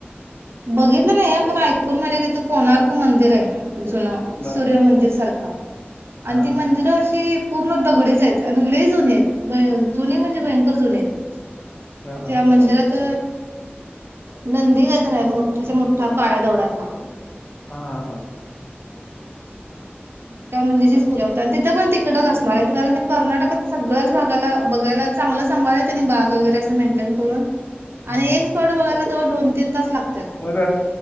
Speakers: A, on the right (about 70°); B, on the left (about 50°).
A: बघितलं नाही आपण ऐकून मझ्या तिथे कोणारारक मंदिर आहे जुनं
B: बर
A: सूर्य मंदिर सारखं आणि
B: हा
A: ती
B: हा
A: मंदिरं अशी पूर्ण दगडीच आहेत आणि लय जुने आहेत जुने म्हणजे भयंकर जुने आहेत.
B: हा हा
A: त्या मंदिरात नंदी कायतर आहे मोठ. असं मोठ काळ्या दडात लाग.
B: हा हा हा.
A: त्या नंदीची पूजा होत्या आणि तिथं पण तिकडच असणार आहे कारण कर्नाटकात सगळ्याच भागाला बघायलाच. चांगलं सांभाळनी बाग वगैरे अस मेंटेन करून
B: हम्म
A: आणि एक स्पॉट बघायला जवळ दोन तीन तास लागत.
B: मग